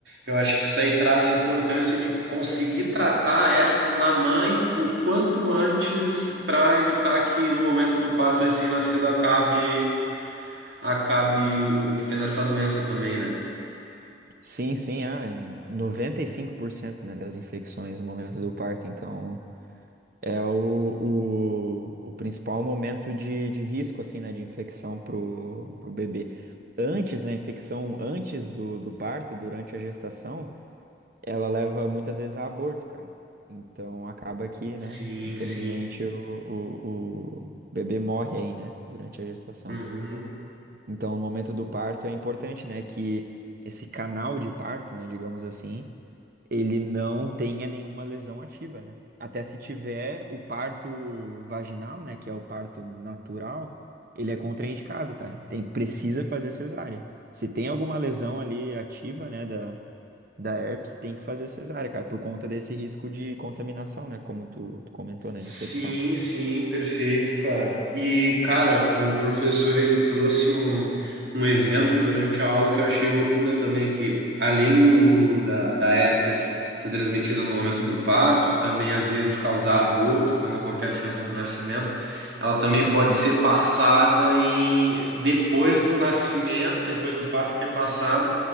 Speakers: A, on the right; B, on the right.
A: eu acho que isso aí traz a importância de conseguir tratar a herpes na mãe o quanto antes para evitar que no momento do parto o recém-nascido acabe acabe obtendo essa doença também, né?
B: Sim, sim, é 95%, né, das infecções no momento do parto, então. É o, o, o principal momento de, de risco, assim, né, de infecção pro, pro bebê. Antes, né, infecção antes do, do parto, durante a gestação, ela leva muitas vezes a aborto, cara. Então acaba que,
A: Sim,
B: né, infelizmente
A: sim.
B: o, o, o bebê morre aí, né, durante a gestação.
A: Uhum.
B: Então no momento do parto é importante, né, que esse canal de parto, né, digamos assim, ele não tenha nenhuma lesão ativa, né? Até se tiver o parto vaginal, né, que é o parto natural, ele é contraindicado, cara. Tem, precisa fazer cesárea. Se tem alguma lesão ali ativa, né, da, da herpes, tem que fazer cesárea, cara, por conta desse risco de contaminação, né, como tu, tu comentou, né,
A: Sim,
B: de infecção.
A: sim, perfeito, cara. E, cara, o professor ele trouxe um, um exemplo durante a aula que eu achei loucura também, que além do da, da herpes ser transmitida no momento do parto, também às vezes causar aborto quando acontece antes do nascimento, ela também
B: Uhum.
A: pode ser passada em depois do nascimento, depois do parto ter passado.